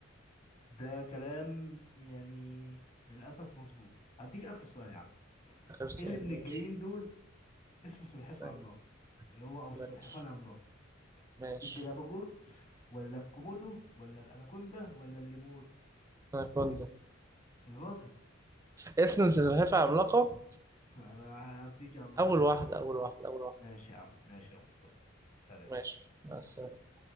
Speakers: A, on the left; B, on the right.
A: ده كلام يعني للأسف مظبوط هديك آخر سؤال يا عم
B: اخر
A: إيه
B: سؤال
A: اللي من الجايين
B: ماشي
A: دول اسمه سلحفاة
B: أيوة.
A: عملاقة اللي هو أو السلحفاة
B: ماشي
A: العملاقة
B: ماشي
A: الجلابوجوكس ولا الكومودو ولا الأناكوندا ولا الليمور
B: اناكوندا
A: يا راجل
B: اسم سلحفاة عملاقة
A: <laughs> أنا هديك يا عم اختيارات
B: اول واحدة اول واحدة اول واحدة
A: ماشي يا عم ماشي يا مصطفى سلام
B: ماشي مع السلامة